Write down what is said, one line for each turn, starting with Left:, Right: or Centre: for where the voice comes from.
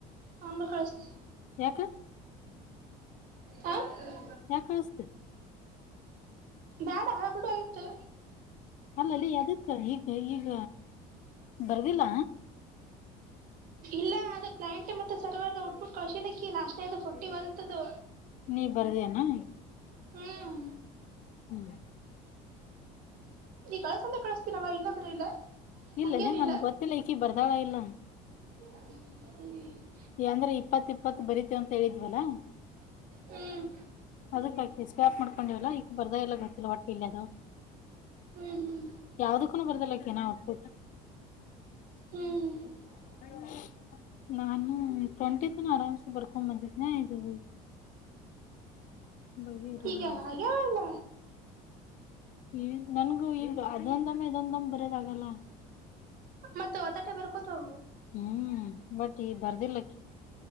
Right: ಆ ಆಮೇಲೆ ಕಳಸ್ತೇ
Left: ಯಾಕ
Right: ಹ <unintelligible>
Left: ಯಾಕ್ ಕಲಸ್ತೇ
Right: ಬೇಡ ಬಿಡು ಆಯ್ತು
Left: ಅಲ್ಲಲ್ಲಿ ಅದಕ್ಕ ಈಗ ಈಗ ಬರ್ದಿಲ್ಲ
Right: ಇಲ್ಲ ಅದ ಕ್ಲೈಂಟ್ ಮತ್ತೆ ಸರ್ವರ್ ಔಟ್ಬಿಟ್ಟ ಕೌಶಲ್ಯಕ್ಕೆಿ ಲಾಸ್ಟ್ನೇದು ಹಿವಂತದ್ದು
Left: ನೀ ಬರ್ದೇನಾ
Right: ಹ್ಮ್
Left: ಹ್ಮ್
Right: ಈ ಕಳಸಂದೆ ಕಳಿಸ್ತೀನವ ಇನ್ನಾದ್ರ ಇಲ್ಲ
Left: ಇಲ್ಲಲ್ಲ
Right: ಹಂಗೇನಿಲ್ಲ
Left: ನನ್ಗ್ ಗೊತ್ತಿಲ್ಲ ಈಕಿ ಬರ್ತಾಳ ಇಲ್ಲ
Right: ಹ <inaudible>
Left: ಯಂದ್ರೆ ಇಪ್ಪತ್ ಇಪ್ಪತ್ತು ಬರಿೀತೇವ ಅಂತ ಹೇಳಿದ್ವಲ್ಲ
Right: ಹ್ಮ್
Left: ಅದಕ್ಕ ಎ್ಯಾಪ್ ಮಾಡ್ಕೊಂಡಿವಲ್ಲ ಈಗ ಬರ್ದ ಎಲ್ಲ ಗೊತ್ತಿಲ್ಲ ಒಟ್ಟೆ ಇಲ್ಲಿ ಅದು <inaudible>
Right: ಹ್ಮ್ ಹ್ಮ್
Left: ಯಾವ್ದಕ್ಕೂನ ಬರ್ದಲ್ಲಕನಾ ಒಬಿಟ
Right: ಹ್ಮ್
Left: <unintelligible> ನನ್ ಹ್ಮ ಟ್ವೆಟಿ ಆರಾಮ್ಸೆ ಬರ್ಕೊ ಬಂದಿದನ ಇದು ಬಗೆಹರಿಲಿಲ್ಲ
Right: ಗೆ
Left: ಅನ್ಸುತ್ತೆ
Right: ಆಗ ಅಲ್ಲ
Left: ಈ ನನ್ಗೂ ಈಗ ಅದೊಂದಮ್ಮ ಇದೊಂದಮ್ ಬರದ ಆಗಲ್ಲ
Right: ಮತ್ತ ಹೊತಾಟೆ ಬರ್ಕೊತ ಹವು
Left: ಹ್ಮ್ ಬಟ್ ಈ ಬರ್ದಿಲ್ಲಕ್ಕ